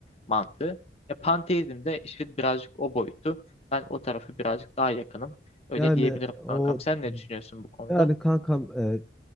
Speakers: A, on the left; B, in the centre.
A: mantığı. E, panteizm de işin birazcık o boyutu. Ben o tarafı birazcık daha yakınım. Öyle
B: Yani
A: diyebilirim
B: o
A: kankam. Sen ne düşünüyorsun bu konuda?
B: Yani kankam e,